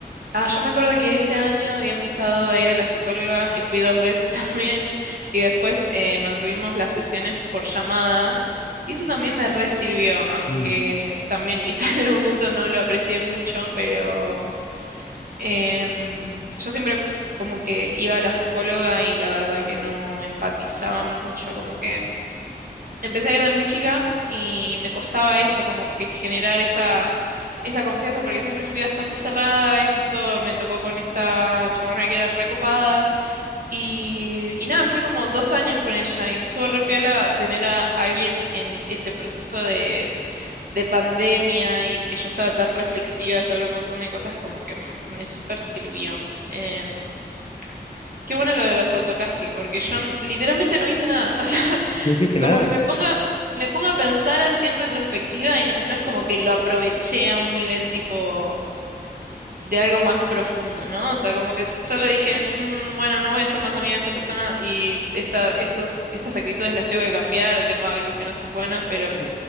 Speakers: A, on the right; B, on the left.
A: Ah, yo me acuerdo que ese año había empezado a ir a la psicóloga y fui dos veces <laughs> también y después eh, mantuvimos las sesiones por llamada y eso también me re sirvió, aunque
B: Mm.
A: también quizás <laughs> en el momento no lo aprecié mucho, pero em, yo siempre como que iba a la psicóloga y la verdad que no empatizaba mucho, como que empecé a ir de muy chica y me costaba eso, como que generar esa, esa confianza, porque siempre fui bastante cerrada y justo me tocó con esta chabona que era recopada. Y, y nada, fui como dos años con ella y estuvo re piola tener a alguien en ese proceso de, de pandemia y que yo estaba tan reflexiva sobre un montón de cosas como que m- me súper sirvió. Em, qué bueno lo de los autocasting, porque yo n- literalmente no hice nada. <laughs>
B: ¿No hiciste
A: Como
B: nada?
A: que me pongo, me pongo a pensar así en retrospectiva y no, no es como que lo aproveché a un nivel tipo de algo más profundo, ¿no? O sea, como que solo dije, "Mm, bueno, no voy a ser más amiga de esta persona y esta, estos, estas actitudes las tengo que cambiar o tengo hábitos que no son buenos, pero
B: Ok,